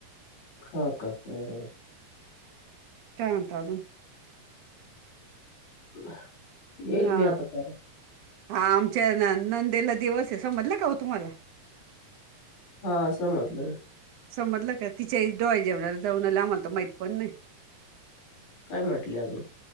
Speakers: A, on the right; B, on the left.
A: <inaudible>
B: हाता हम्.
A: टेवन थाजून. <inaudible>
B: <inaudible> येईल
A: हा
B: मी आता परत
A: हा आमच्या नंदेला दिवस आहे समजलं का हो तुम्हाला?
B: हा असं म्हटलं.
A: समजलं का तिच्याई डोहाळे जेवणाला जऊनला आम्हाला तर माहित पण नाही.
B: काय म्हटले अजून?